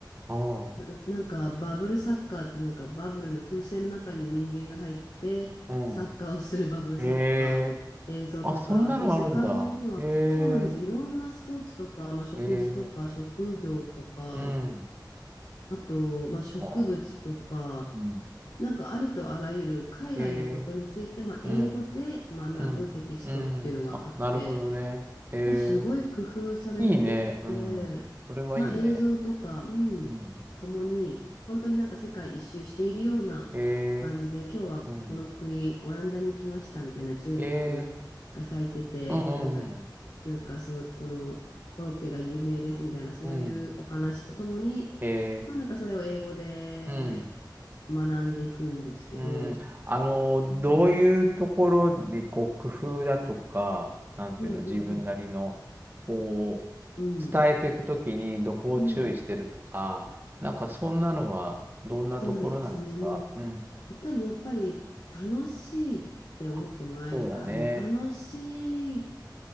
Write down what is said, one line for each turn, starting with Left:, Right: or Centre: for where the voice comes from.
Right: ああ、
Left: な、なんかバブルサッカーってなんかバブルの風船の中に人間が入って、
Right: うん。
Left: サッカーをするバブルサッカーの映像とか、
Right: へえ、あ、そんなのあるんだ。
Left: そういう世界中には、
Right: へえ、
Left: そうなんです。いろんなスポーツとか、まあ、食事とか、
Right: へえ、
Left: 職業とか、
Right: うん。
Left: あと、まあ、植物とか、
Right: ああ、うん。
Left: なんかありとあらゆる海外のことについて、
Right: へえ、
Left: まあ、
Right: うん。
Left: 英語で学ぶテキストっていうのがあって、
Right: うん。うん。あ、なるほどね。え
Left: すごい工夫されてて、
Right: ー、いいね。うん。それはいいね。
Left: まあ、映像とか、うん、
Right: うん。
Left: ともに、本当になんか世界一周しているような感じで、
Right: え
Left: 今日はこの国、
Right: ー、うん。
Left: オランダに来ましたみたいなチューリップが咲いてて、
Right: えー、うんうん
Left: なんか、なんかそう、このコロッケが有名ですみたいな、そういうお話とともに、
Right: うん。うん。えー、
Left: まあなんかそれを英語で
Right: うん。
Left: 学んでいくんですけど、
Right: うん。あの、
Left: うん、
Right: どういうところで、こう、工夫だとか、なんていうの、
Left: うん、うん、
Right: 自分なりの、こう、
Left: うん、
Right: 伝えていくときにどこを注意してるとか、
Left: うん、うん
Right: なんかそんなのはどんなところなんですかうん。
Left: そうですね、もう。いかにやっぱり楽しいって思ってもらえるか、
Right: あ、そうだね。
Left: もう楽しい、